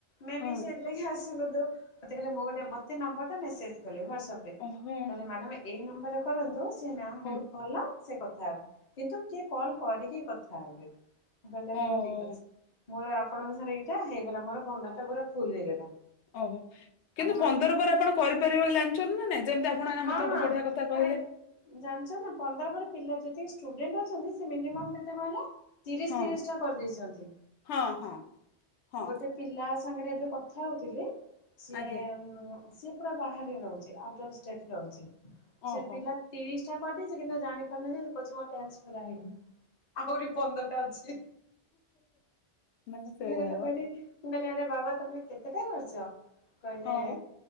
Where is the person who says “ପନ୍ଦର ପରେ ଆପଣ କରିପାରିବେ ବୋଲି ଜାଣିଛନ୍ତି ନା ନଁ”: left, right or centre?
Left